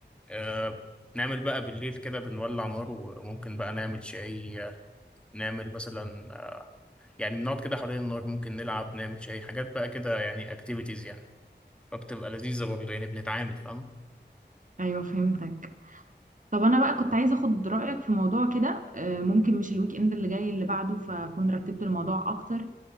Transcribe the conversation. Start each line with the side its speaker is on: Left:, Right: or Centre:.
Centre: آه، نعمل بقى بالليل كده بنولع نار وممكن بقى نعمل شاي آه، نعمل مثلا يعني بنقعد كده حوالين النار ممكن نلعب نعمل شاي حاجات بقى كده يعني اكتيفيتيز يعني فبتبقى لذيذة برضه يعني بنتعامل فاهمة
Right: ايوه فهمتك طب انا بقى كنت عايزه اخد رايك في موضوع كده آه، ممكن مش الويك اند اللي جاي اللي بعده فاكون رتبت الموضوع اكتر